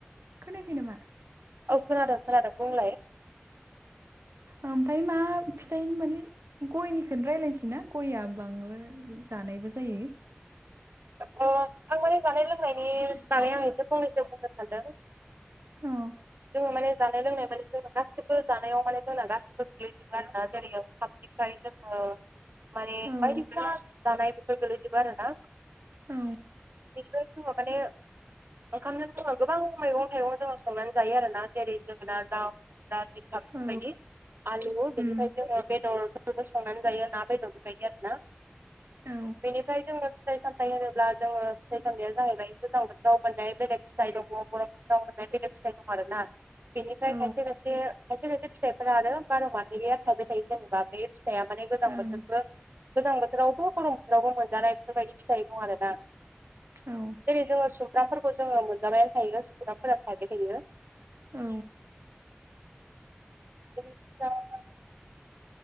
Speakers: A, on the right; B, on the right.
A: खोनायाखै नामा?
B: औव खोनादों खोनादों। बुंलाय
A: ओमफाय मा फिथाइ माने गयनिखौनो रायलायनोसै ना? गयआ बांद्राय जानाय बो जायो।
B: अ आं माने जानाय लोंनायनि बागै आंसे फंनैसो बुंनो सानदों।
A: अ
B: जोङो माने जानाय लोंनाय माने जोङो गासिबो जानायाव माने जोंना गासिबो गोगैजोबो आरोना जेरै पाब्लिकाइ जोंङो माने
A: औ
B: बायदिसिना जानाय बेफोर गोलै'जोबो आरो ना।
A: औ
B: बेनिफ्राय जोङो माने ओंखामजों जोङो गोबां मैगं थाइगं जोङो संनानै जायो आरोना जेरै जोगोनार दाउ, जिंखा बेफोरबायदि,
A: औ
B: आलु बेनिफाय
A: उम
B: जोङो बेदर <unintelligible> संनानै जायो ना बेदर बेबायदि आरोना।
A: औ
B: बेनिफ्राय जोङो फिथाइ सामथाय होनोब्ला जोङो फिथाइ सामथाइया जाहैबाय गोजां बोथोराव मोननाय बेलेग फिथाइ दङ। गरम बोथोराव मोननाय बेनो फिथाइ दं आरो ना बेनिफ्राय
A: औ
B: खायसे-खायसे खायसे-खायसे फिथाइफोरा आरो बार' माहेरिया थायबाय थायो जेनेबा बे फि थाइया माने गोजां
A: ओं
B: बोथोरबो गोजां बोथोरावबो' गरम बोथोरावबो मोनजानाय बेफोरबायदि फिथाइ दं आरो ना।
A: औ
B: जेरै जोङो सुमगफ्रामफोरखौ जोङो मोनजाबायानो थायो सुमफ्रामफोरा थायबाय थायो।
A: औ।
B: <unintelligible>